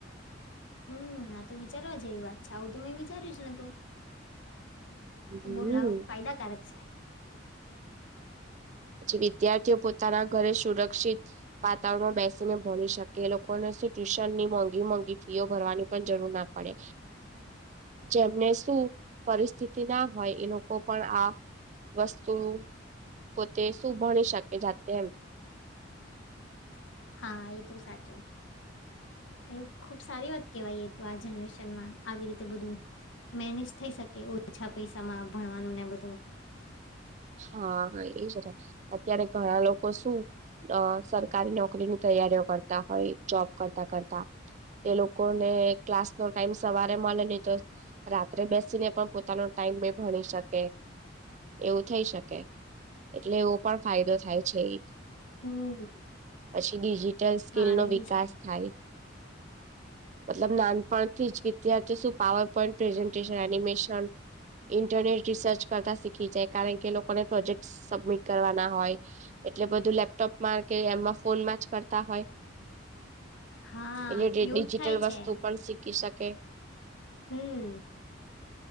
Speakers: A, on the left (about 75°); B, on the right (about 40°).
A: હમ આ તો વિચારવા છે એવી વાત છે આવું ત મે વિચાર્યું છે ન તું
B: હમ.
A: આતો બો લા ફાયદાકારક છે
B: પછી વિદ્યાર્થીઓ પોતાના ઘરે સુરક્ષિત વાતાવરણ બેસીને ભણી શકે એ લોકોને ટ્યુશન ની મોંઘી મોંઘી ફીઓ ભરવાની પણ જરૂર ના પડે જેમને શું પરિસ્થિતિ ના હોય એ લોકો પણ આ વસ્તુ પોતે શું ભણી શકે જાતે એમ
A: હા એ તો સાચું અય ખુબ સારી વાત કેવાય તો આ જનરેશનમાં આવી રીતે બધું મેનેજ થઈ શકે ઓછા પૈસામાં ભણવાનું ને બધું
B: હા એ જ અત્યારે ઘણા લોકો શું અ સરકારી નોકરીની ત તૈયારી કરતા હોય જોબ કરતા કરતા તે લોકોને ક્લાસ નો ટાઈમ સવારે મળે અને ને તો રાત્રે બેસીને પણ પોતાનો ટાઈમ ભણી શકે એવું થઈ શકે એટલે એવો પણ ફાયદો થાય છે એક
A: હમ
B: પછી ડિજિટલ સ્કીલ
A: હા
B: નો
A: એ
B: વિકાસ
A: બી છે
B: થાય મતલબ નાનપણથી જ વિદ્યાર્થી શું power point presentation animation internet research કરતા શીખી જાય કારણ કે લોકોને પ્રોજેક્ટ સબમિટ કરવાના હોય એટલે બધું લેપટોપ મા કે એમાં ફોનમા એજ કરતા એટલે
A: હા
B: ડિજિટલ
A: એવું જ થાય
B: વસ્તુ
A: છે
B: પણ શી કીસાકેે
A: હમ